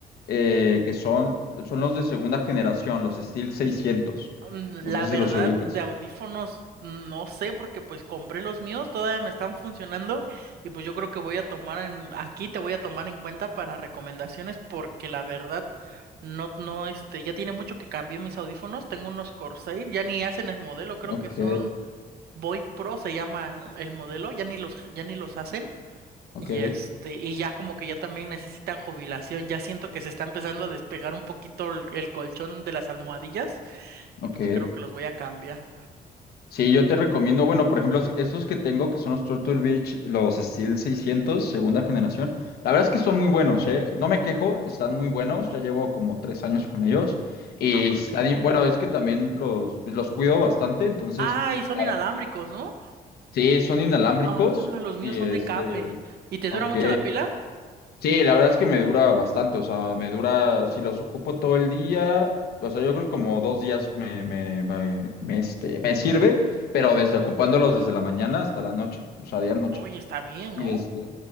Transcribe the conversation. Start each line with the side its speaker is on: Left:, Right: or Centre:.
Left: eh, que son, son los de segunda generación, los Steel 600.
Right: Mm,
Left: No
Right: La
Left: sé si
Right: verdad,
Left: los ubicas.
Right: de audífonos, no sé, porque pues compré los míos, todavía me están funcionando y pues yo creo que voy a tomar en, aquí te voy a tomar en cuenta para recomendaciones porque la verdad, no, no, este, ya tiene mucho que cambié mis audífonos, tengo unos Corsair, ya ni hacen el modelo, creo
Left: Ok,
Right: que son Void Pro se llama el modelo, ya ni los, ya ni los hacen.
Left: ok,
Right: Y este, y ya como que ya también necesitan jubilación, ya siento que se está empezando a despegar un poquito el, el colchón de las almohadillas y
Left: ok.
Right: pues creo que los voy a cambiar.
Left: Sí, yo te recomiendo, bueno, por ejemplo, estos que tengo, que son los Turtle Beach, los Steel seiscientos, segunda generación. La verdad es que son muy buenos, ¿eh? No me quejo, están muy buenos. Ya llevo como tres años con ellos. Y
Right: Ah, órale.
Left: están, in- bueno, es que también los, pues, los cuido bastante, entonces,
Right: Ah, y son
Left: a
Right: inalámbricos,
Left: ver,
Right: ¿no?
Left: sí, son inalámbricos.
Right: Ah, los míos
Left: Y
Right: son
Left: este,
Right: de cable. ¿Y te
Left: ok.
Right: dura mucho la pila?
Left: Sí, la verdad es que me dura bastante, o sea, me dura, si los ocupo todo el día, o sea, yo creo que como dos días me, me, me, me, este, me sirve, pero
Right: Órale.
Left: desde ocupándolos desde la mañana hasta la noche, o sea, día noche.
Right: Oye, está bien,
Left: Y
Right: ¿no?
Left: este,